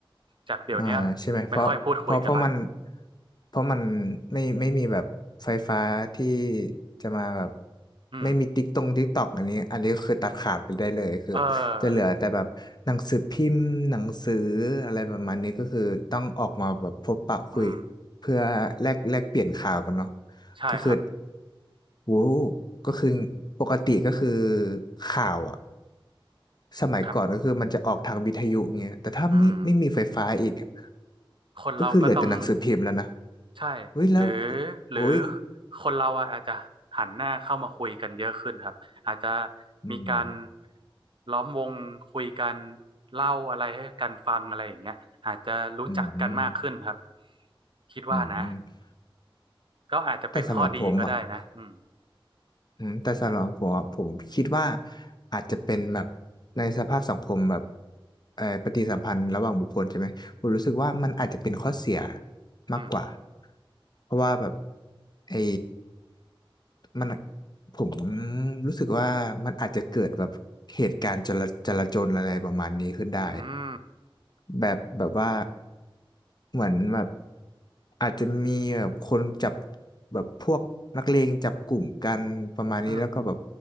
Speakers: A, on the right; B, on the left.
A: จากเดี๋ยวเนี้ย
B: อ่าใช่ไหมเพราะเพราะเพราะมัน
A: ไม่ค่อยพูดคุยกันละ
B: เพราะมันไม่ไม่มีแบบไฟฟ้าที่จะมาแบบ
A: อืม
B: ไม่มีติ๊กตรงติ๊กตอกอันนี้อันนี้คือตัดขาดไปได้เลยคือจะเหลือแต่แบบหนังสือพิมพ์หนังสือ
A: เออ
B: อะไรประมาณนี้ก็คือต้องออกมาแบบพบปะคุย
A: อืม
B: เพื่อแลกแลกเปลี่ยนข่าวกันเนาะ
A: ใช่ครับ
B: ก็คือ โว้ก็คือปกติก็คือข่าวอ่ะสมัยก่อนก็คือมันจะออกทางวิทยุเงี้ยแต่ถ้าไม่ไม่มีไฟฟ้าอีกอะ
A: ครับอืม คนเราก็ต้อง
B: ก็คือเหลือแต่หนังสือพิมพ์แล้วนะ
A: ใช่
B: เฮ้ยแล้ว
A: หรือหรือ
B: โอ้ย
A: คนเราอะอาจจะหันหน้าเข้ามาคุยกันเยอะขึ้นครับอาจจะ
B: อืม
A: มีการล้อมวงคุยกันเล่าอะไรให้กันฟังอะไรอย่างเงี้ยอาจจะรู้จักกันมากขึ้นครับ
B: อืม
A: คิดว่านะ
B: อืม
A: ก็อาจจะเป็นข้อดีก็ได้นะอืม
B: แต่สำหรับผมอ่ะ อืมแต่สำหรับผมอะผมคิดว่าอาจจะเป็นแบบในสภาพสังคมแบบเอ่อปฏิสัมพันธ์ระหว่างบุคคลใช่ไหมผมรู้สึกว่ามันอาจจะเป็นข้อเสียมากกว่า
A: อืม
B: เพราะว่าแบบไอ้มันผมรู้สึกว่ามันอาจจะเกิดแบบเหตุการณ์จลาจลาจลอะไรประมาณนี้ขึ้นได้
A: อืม
B: แบบแบบว่าเหมือนแบบอาจจะมีแบบคนจับแบบพวกนักเลงจับกลุ่มกันประมาณนี้แล้วก็แบบ
A: อืม